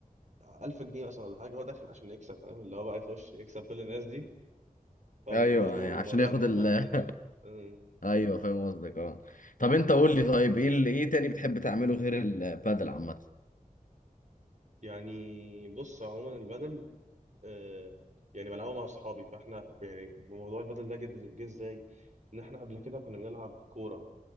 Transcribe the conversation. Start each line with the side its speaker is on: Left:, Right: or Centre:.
Right: 1000 جنيه مثلا ولا حاجه هو داخل عشان يكسب فاهم اللي هو بقى يخش يكسب كل الناس دي فبيبقى
Left: ايوه
Right: برضو
Left: يعني عشان
Right: موضوع
Left: ياخد
Right: ان هم
Left: ال
Right: يحددوا
Left: <laughs>
Right: ال- أمم،
Left: ايوه فاهم قصدك اه طب انت قول لي طيب ايه اللي ايه تاني بتحب تعمله غير البادل عامه
Right: يعني بص عموما البدل آه، يعني بلعبه مع اصحابي فاحنا يعني موضوع البدل ده جه جه ازاي ان احنا قبل كده كنا بنلعب كوره